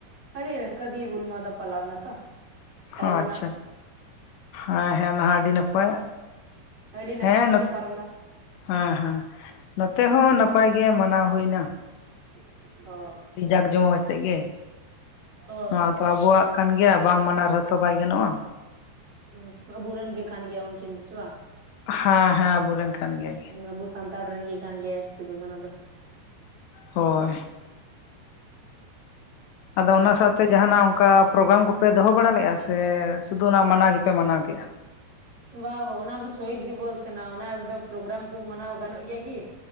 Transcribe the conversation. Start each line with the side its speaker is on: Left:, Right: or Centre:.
Right: ᱟᱹᱰᱤ ᱨᱟᱹᱥᱠᱟᱹ ᱫᱤᱭᱮ ᱦᱩᱞ ᱢᱟᱦᱟ ᱫᱚ ᱯᱟᱞᱟᱣ ᱮᱱᱟ ᱛᱚ ᱯᱟᱨᱚᱢ
Left: ᱚ ᱟᱪᱪᱷᱟ
Right: ᱱᱟ
Left: ᱦᱮᱸ ᱦᱮᱸ ᱚᱱᱟᱦᱚᱜ ᱟᱹᱰᱤ ᱱᱟᱯᱟᱭ
Right: ᱟᱹᱰᱤ ᱱᱟᱯᱟᱭ
Left: ᱦᱮᱸ
Right: ᱛᱮᱜᱮ ᱯᱟᱨᱚᱢᱱᱟ
Left: ᱦᱮᱸ ᱦᱮᱸ ᱱᱚᱛᱮ ᱦᱚᱸ ᱱᱟᱯᱟᱭᱜᱮ ᱢᱟᱱᱟᱣ ᱦᱩᱭ ᱮᱱᱟ
Right: ᱚ
Left: ᱜᱮ
Right: ᱚ
Left: ᱱᱚᱣᱟ ᱫᱚ ᱟᱵᱚᱣᱟᱜ ᱠᱟᱱ ᱜᱮᱭᱟ ᱵᱟᱝ ᱢᱟᱱᱟᱣ ᱨᱮᱦᱚ ᱛᱚ ᱵᱟᱭ ᱜᱟᱱᱚᱜᱼᱟ
Right: ᱩᱦᱸ ᱵᱩᱩᱨᱮᱱ ᱜᱮ ᱠᱷᱟᱱ ᱜᱮᱭᱟ ᱩᱱᱠᱤᱱ ᱫᱚ ᱥᱮ ᱵᱟᱝᱜᱟ
Left: ᱦᱮᱸ ᱦᱮᱸ ᱟᱵᱚᱨᱮᱱ ᱠᱟᱱ ᱜᱮᱭᱟᱭ
Right: ᱟᱵᱚ ᱥᱟᱱᱛᱟᱲ ᱨᱮᱱ ᱜᱮ ᱠᱟᱱ ᱜᱮᱭᱟᱭ ᱥᱤᱫᱩ ᱠᱟᱹᱱᱦᱩ ᱫᱚ
Left: ᱦᱳᱭ ᱟᱫᱚ
Right: ᱦᱩᱸ
Left: ᱚᱱᱟ ᱥᱟᱶᱛᱮ ᱡᱟᱦᱱᱟᱜ ᱚᱱ ᱚᱱᱠᱟ ᱯᱨᱳᱜᱨᱟᱢ ᱠᱚᱯᱮ ᱫᱚᱦᱚ ᱵᱟᱲᱟ ᱞᱮᱫᱼᱟ ᱥᱮ ᱥᱩᱫᱷᱩ ᱚᱱᱟ ᱢᱟᱱᱟᱣ ᱜᱮᱯᱮ ᱢᱟᱱᱟᱣ ᱠᱮᱫᱼᱟ
Right: ᱵᱟ ᱵᱟ ᱚᱱᱟ ᱫᱚ ᱥᱚᱦᱤᱛ ᱫᱤᱵᱚᱥ ᱠᱟᱱᱟ ᱚᱱᱟ ᱨᱮᱫᱚ ᱯᱨᱳᱜᱨᱟᱢ ᱠᱚ ᱢᱟᱱᱟᱣ ᱜᱟᱱᱚᱜ ᱜᱮᱭᱟ ᱠᱤ